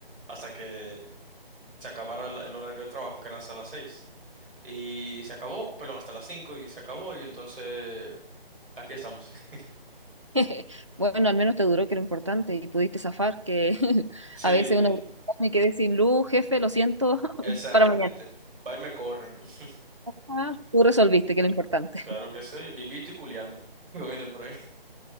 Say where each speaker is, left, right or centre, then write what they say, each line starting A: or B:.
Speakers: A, on the right; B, on the right.
A: hasta que se acabara el, el horario de trabajo, que era hasta las seis Y se acabó, perdón, hasta las 5 y se acabó y entonces aquí estamos. <laughs>
B: <laughs> Bueno, al menos te duró, que era lo importante, y pudiste zafar, que <laughs>
A: Sí,
B: a veces uno me quedé sin luz, jefe, lo siento, <laughs>
A: exactamente.
B: para mañana.
A: Va y me corren. <laughs>
B: Ah, Tú resolviste, que es lo importante.
A: Claro que sí, vivito y culeando, <laughs> como dicen por ahí.